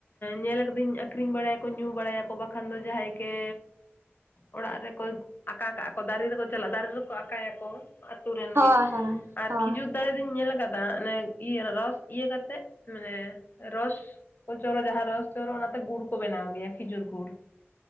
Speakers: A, on the left; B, on the right.
A: ᱧᱮᱞ ᱠᱟᱹᱫᱟᱹᱧ ᱟᱠᱷᱨᱤᱧ ᱵᱟᱲᱟᱭᱟᱠᱚ ᱧᱩ ᱵᱟᱲᱟᱭᱟᱠᱚ ᱵᱟᱠᱷᱟᱱ ᱫᱚ ᱡᱟᱦᱟᱸᱭ ᱜᱮ ᱚᱲᱟᱜ ᱨᱮᱠᱚ ᱟᱠᱟ ᱠᱟᱜᱼᱟ ᱠᱚ ᱫᱟᱨᱮ ᱨᱮᱠᱚ ᱪᱟᱞᱟᱜᱼᱟ ᱫᱟᱨᱮ ᱨᱮᱠᱚ ᱟᱠᱟ ᱭᱟᱠᱚ ᱟᱹᱛᱩ ᱨᱮᱱ
B: ᱦᱳᱭ
A: ᱜᱮ
B: ᱦᱳᱭ
A: ᱟᱨ
B: ᱦᱳᱭ
A: ᱠᱷᱤᱡᱩᱨ ᱫᱟᱲᱮ ᱨᱤᱱ ᱧᱮᱞ ᱟᱠᱟᱫᱟ ᱚᱱᱮ ᱤᱭᱟᱹ ᱨᱚᱥ ᱤᱭᱟᱹ ᱠᱟᱛᱮ ᱢᱟᱱᱮ ᱨᱚᱥ ᱩᱡᱷᱟᱞᱚ ᱡᱟᱦᱟᱸ ᱨᱚᱥ ᱡᱚᱨᱚᱜ ᱚᱱᱟᱛᱮ ᱜᱩᱲ ᱠᱚ ᱵᱮᱱᱟᱣ ᱜᱮᱭᱟ ᱠᱷᱤᱡᱩᱨ ᱜᱩᱲ